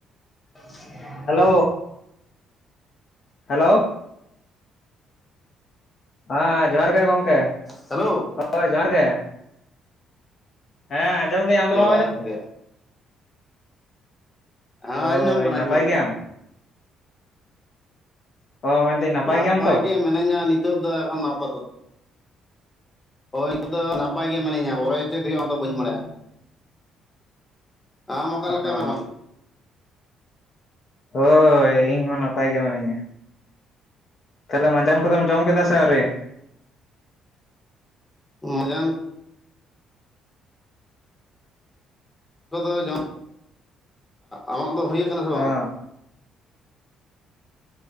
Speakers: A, on the left; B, on the left.
A: <inaudible>
B: ᱦᱮᱞᱳ ᱦᱮᱞᱳ ᱦᱮᱸ ᱡᱚᱦᱟᱨ ᱜᱮ ᱜᱚᱢᱠᱮ
A: ᱦᱮᱞᱳ
B: ᱦᱳᱭ ᱡᱚᱦᱟᱨ ᱜᱮ ᱦᱮᱸ ᱟᱸᱡᱚᱢᱫᱟᱹᱧ ᱟᱢ ᱫᱚ
A: ᱡᱚᱦᱟᱨ
B: ᱵᱟᱢ ᱟᱸᱡᱚᱢ ᱫᱚ
A: ᱜᱮ ᱦᱮᱸ
B: ᱦᱳᱭ
A: ᱟᱡᱚᱢ ᱧᱟᱢᱚᱜ ᱠᱟᱱᱟ
B: ᱱᱟᱯᱟᱭ
A: ᱟᱡᱚᱢ ᱧᱟᱢᱚᱜ
B: ᱜᱮᱭᱟᱢ
A: ᱠᱟᱱᱟ
B: ᱚ ᱢᱮᱱᱫᱟᱹᱧ
A: ᱱᱟᱯᱟᱭ
B: ᱜᱮᱭᱟᱢ ᱛᱚ
A: ᱜᱮ ᱢᱤᱱᱟᱹᱧᱟ ᱱᱤᱛᱚᱜ ᱫᱚ ᱮᱠᱷᱚᱱ ᱱᱟᱯᱛ ᱦᱳᱭ ᱱᱤᱛᱚᱜ ᱫᱚ ᱱᱟᱯᱟᱭ ᱜᱮ ᱢᱤᱱᱟᱹᱧᱟ ᱯᱚᱨᱮ ᱪᱮᱫ ᱦᱩᱭᱩᱜᱼᱟ ᱚᱱᱟ ᱫᱚ ᱵᱟᱹᱧ ᱵᱟᱲᱟᱭᱟ ᱟᱢ ᱚᱠᱟ ᱞᱮᱠᱟᱢ
B: ᱚ
A: ᱮᱢ
B: ᱦᱳᱭ ᱤᱧ ᱦᱚᱸ ᱱᱟᱯᱟᱭ ᱜᱮ ᱢᱤᱱᱟᱹᱧᱟ ᱛᱟᱦᱞᱮ ᱢᱟᱸᱡᱟᱱ ᱠᱚᱫᱢ ᱡᱚᱢ ᱠᱮᱫᱟ ᱥᱮ ᱟᱹᱣᱮ
A: ᱢᱟᱡᱟᱱ ᱢᱟᱡᱟᱱ ᱠᱚᱫᱚ ᱡ ᱟᱢᱟᱜ ᱫᱚ ᱦᱩᱭ ᱠᱟᱱᱟ ᱥᱮ ᱵᱟᱝᱟ
B: ᱚ
A: <inaudible>